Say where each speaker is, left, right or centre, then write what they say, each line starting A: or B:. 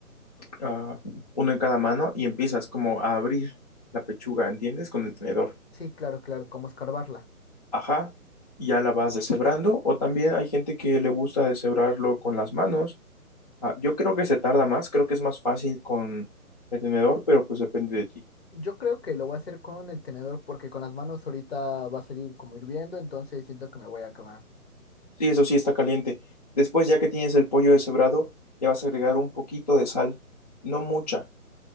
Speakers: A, on the left; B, on the left.
A: ah, uno en cada mano y empiezas como a abrir la pechuga, ¿entiendes? Con el tenedor.
B: Sí, claro, claro, como escarbarla.
A: Ajá, y ya la vas deshebrando. O también hay gente que le gusta deshebrarlo con las manos. Ah, yo creo que se tarda más, creo que es más fácil con el tenedor, pero pues depende de ti.
B: Yo creo que lo voy a hacer con el tenedor porque con las manos ahorita va a salir como hirviendo, entonces siento que me voy a quemar.
A: Sí, eso sí está caliente. Después, ya que tienes el pollo deshebrado, le vas a agregar un poquito de sal. No mucha,